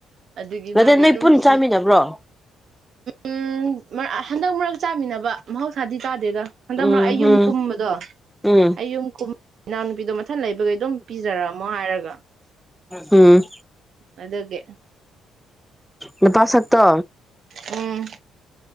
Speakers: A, on the right (about 60°); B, in the centre.
A: ꯑꯗꯨꯒꯤ
B: ꯑꯗ
A: ꯃꯥꯒꯤ
B: ꯅꯣꯏ
A: ꯑꯗꯨꯝ
B: ꯄꯨꯟ
A: ꯁꯤ
B: ꯆꯥꯃꯤꯟꯅꯕ꯭ꯔꯣ
A: ꯎꯝ ꯍꯟꯗꯛ ꯃꯔꯛ ꯆꯥꯃꯤꯟꯅꯕ ꯃꯍꯧꯥ ꯊꯥꯗꯤ ꯇꯥꯗꯦꯗ ꯍꯟꯗꯛꯃꯛꯔꯀꯛ
B: ꯎꯝ
A: ꯑꯩ ꯌꯨꯝ
B: ꯎꯝ
A: ꯀꯨꯝꯕꯗꯣ
B: ꯎꯝ
A: ꯑꯩ ꯌꯨꯝ ꯀꯨꯝꯕ ꯏꯅꯥꯎꯅꯨꯄꯤꯗꯣ ꯃꯊꯟ ꯂꯩꯕꯈꯩ ꯑꯗꯨꯝ ꯄꯤꯖꯔꯛꯑꯝꯃꯣ ꯍꯥꯏꯔꯒ
B: ꯎꯝ
A: ꯑꯗꯨꯒꯤ
B: ꯅꯨꯄꯥꯁꯛꯇꯣ
A: ꯎꯝ